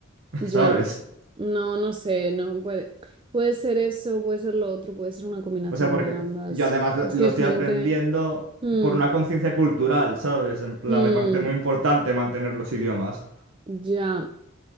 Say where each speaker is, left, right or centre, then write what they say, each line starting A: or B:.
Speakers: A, on the right; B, on the right.
A: <laughs>
B: ya.
A: ¿sabes?
B: No, no sé, no puede. Puede ser eso, puede ser lo otro, puede ser una combinación
A: O sea, porque
B: de ambas.
A: yo además lo
B: Es
A: lo
B: que hay
A: estoy
B: gente.
A: aprendiendo
B: Mm,
A: por una conciencia cultural, ¿sabes? En plan,
B: mm,
A: me parece muy importante mantener los idiomas.
B: ya.